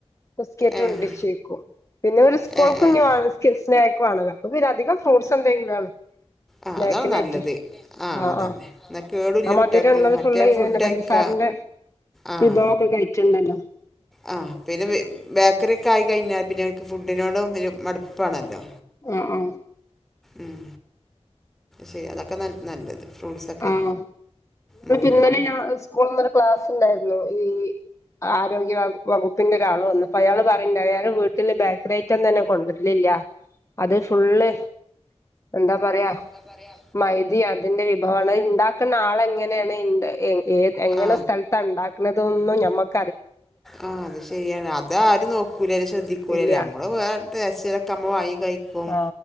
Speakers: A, on the left (about 25°); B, in the centre.
A: ബിസ്കറ്റ്
B: ഏഹ്
A: കൊണ്ടര്ച്ചിക്കും പിന്നെ ഓല് സ്കൂൾക്
B: ഏഹ് ഏഹ്
A: ഇഞിവാണസ്കിൽ സ്നാക്ക് വാണല്ലോ അപ്പൊ പിന്ന അധികം ഫ്രൂട്ട്സ് എന്തെങ്കിലാ
B: ആഹ്
A: സ്നാക്കിനായ്റ്റ്
B: അതാണ് നല്ലത്
A: ആഹ്
B: അതന്നെ
A: ആഹ്
B: എന്നാ കേടുല്ല
A: ആ മധുരള്ളത്
B: കുട്ടികൾക്ക് മറ്റേ
A: ഫുള്ള്
B: ഫുഡ്
A: എന്നെ
B: കഴിക്ക
A: പഞ്ചസാരന്റെ
B: ആഹ്
A: വിഭവൊക്കെ കഴിച്ച്ണ്ടല്ലോ
B: ആഹ് പിന്നെ ബേക്കറി ഒക്കെ ആയി കഴിഞ്ഞാൽ പിന്നെ അവക്ക് ഫുഡിനോടും ഒരു മടുപ്പാണല്ലോ
A: <unintelligible>
B: ഉം ശെ അതൊക്കെ ന നല്ലത് ഫ്രൂട്ട്സൊക്കെ
A: ആഹ്
B: ഉം
A: ഇങ്ങള് <unintelligible> സ്‌കൂൾ ഇന്നൊരു ക്ലാസ്ണ്ടായിരുന്നു ഈ ആരോഗ്യവ വകുപ്പിന്റെ ഒരാള് വന്നു. അപ്പൊ അയാള് പറയിണ്ട് അയാളെ വീട്ടില് ബേക്കറി ഐറ്റം തന്നെ കൊണ്ടര്ലില്ല അത് ഫുള്ള് എന്ത പറിയാ
B: എന്താ പറയാ
A: മൈദിം അതിന്റെ വിഭവണ് ണ്ടാക്ക്ണ ആൾ എങ്ങനെയാണ്എ ഏത് എങ്ങനെ
B: ആ
A: സ്ഥലത്താണ്ടാക്കണതും നമ്മക്ക്
B: ആഹ് അത് ശരിയാണ് അതാരും നോക്കൂലലൊ ശ്രദ്ധിക്കൂലല്ല
A: ഇല്ല
B: നമ്മള് വേ പാർസലൊക്കെ നമ്മ വാങ്ങികഴിക്കും.
A: ആ